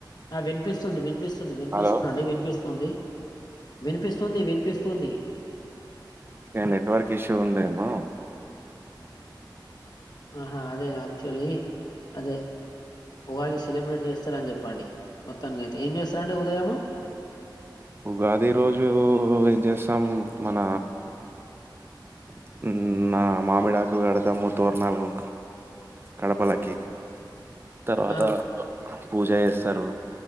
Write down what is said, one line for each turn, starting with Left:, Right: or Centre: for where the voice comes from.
Left: వినిపిస్తుంది వినిపిస్తుంది వినిపిస్తుంది
Right: హలో
Left: అండి వినిపిస్తుంది వినిపిస్తుంది వినిపిస్తుంది
Right: ఏ నెట్వర్క్ ఇష్యూ ఉందేమో
Left: ఆహా అదే యాక్చువల్లీ అదే ఉగాది సెలబ్రేట్ చేస్తారని చెప్పండి మొత్తానికి అయితే ఏం చేస్తార అండి ఉదయము
Right: ఉగాది రోజు ఏం చేస్తాం మన <inaudible> నా మామిడాకు కడతాము తోరణాలుగు గాడపలకి తర్వాత
Left: ఆ
Right: పూజ చేస్తారు